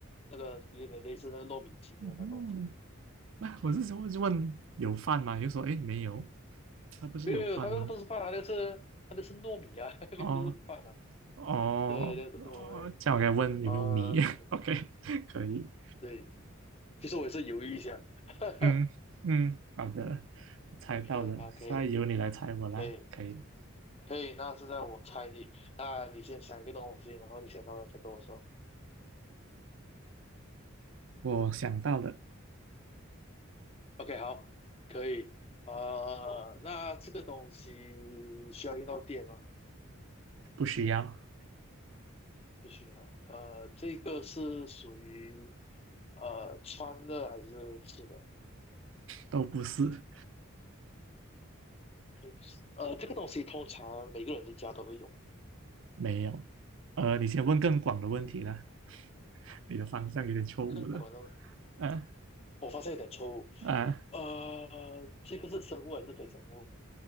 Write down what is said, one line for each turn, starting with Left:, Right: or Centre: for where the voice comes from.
Left: 那个有点类似那个糯米鸡那样的东西，
Right: 嗯，那、我是说，就问有饭吗？又说诶没有，它不是有饭吗？
Left: 没有没有，它那个不是饭啊，那个是它那个是糯米啊，<laughs> 那个不是饭啊。
Right: 哦，哦哦，
Left: 对，那个是糯米。
Right: 这样我该问有没有米
Left: 呃，哦，OK，
Right: <laughs>？OK，可以，
Left: 对，其实我也是犹豫一下。<laughs>
Right: 嗯嗯，好的，猜到了，
Left: OK，好，可以，
Right: 现在由你来猜我啦，
Left: 可以，
Right: 可以，
Left: 可以。那现在我猜你，那你先想一个东西，然后你想到了再跟我说。
Right: 我想到了，
Left: OK，好，可以。呃，那这个东西需要用到电吗？
Right: 不需要，
Left: 不需要。呃，这个是属于呃穿的还是吃的？
Right: 都不是，
Left: 平时呃，这个东西通常每个人的家都会有嘛。
Right: 没有，呃，你先问更广的问题啦，你的方向有点错误了，
Left: 更管的，
Right: 啊
Left: 我发现一点错误。
Right: 啊，
Left: 呃，这个是生物还是非生物？